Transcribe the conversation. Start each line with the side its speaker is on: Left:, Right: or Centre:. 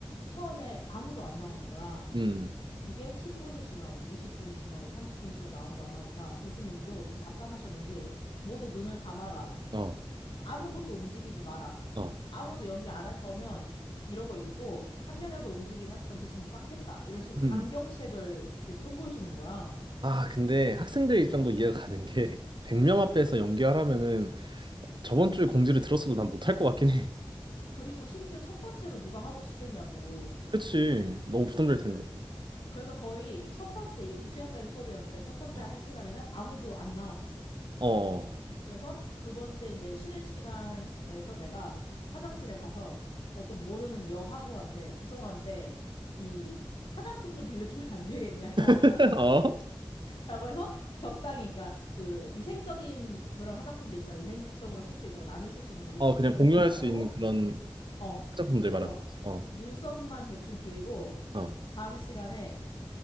Left: 처음에 아무도 안 나오는 거야.
Right: 음,
Left: 이게 10분이 지나고 20분이 지나고 30분이 지나도 아무도 안 나오니까 교수님도 좀 답답하셨는지 모두 눈을 감아라.
Right: 어,
Left: 아무것도 움직이지 마라.
Right: 어.
Left: 아무도 연기 안 할 거면 이러고 있고 한 명이라도 움직이면 전체 점수 깎겠다. 이런 식으로
Right: 음.
Left: 강경책을 이렇게 선보이시는 거야.
Right: 아, 근데 학생들 입장도 이해가 가는 게 <laughs> 100명 앞에서 연기하라면은 어, 저번 주에 공지를 들었어도 난 못할 것 같긴 해.
Left: 그리고 심지어 첫 번째로 누가 하고 싶겠냐고.
Right: <laughs> 그치. 너무 부담될
Left: 그래,
Right: 텐데.
Left: 그래서 거의 첫 번째 이게 두시간짜리 수업이었는데 첫 번째
Right: 어.
Left: 한 시간에는 아무도 안 나왔어.
Right: 어.
Left: 그래서 두 번째 이제 쉬는 시간에서 내가 화장실에 가서 어떤 모르는 여하구한테 죄송한데 이 화장품 좀 빌려주면 안 되겠냐 <laughs>
Right: <laughs> 어?
Left: 라고 해서 적당히 그러니까 그 위생적인 그런 화장품도 있잖아 위생적으로 쓸 수 있는 거 남이 쓸 수 있는 거 립스틱
Right: 어, 그냥
Left: 같은
Right: 공유할
Left: 거 말고
Right: 수 있는 그런
Left: 어
Right: 화장품들
Left: 그래서
Right: 말하는 거지. 어.
Left: 눈썹만 대충 그리고
Right: 어.
Left: 다음 시간에